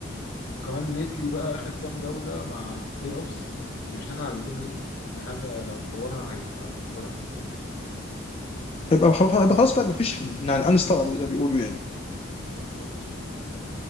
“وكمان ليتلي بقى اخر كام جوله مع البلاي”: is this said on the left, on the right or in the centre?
Left